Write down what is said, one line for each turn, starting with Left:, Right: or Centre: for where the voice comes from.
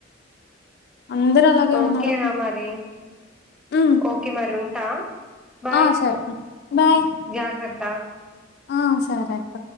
Left: అందరు అలాగే
Centre: ఓకేనా
Left: ఉన్నారు
Centre: మరి
Left: ఉమ్
Centre: ఓకే మరి ఉంటా బాయ్
Left: ఆ సరే బాయ్
Centre: జాగ్రత్త
Left: ఆ సరే అక్క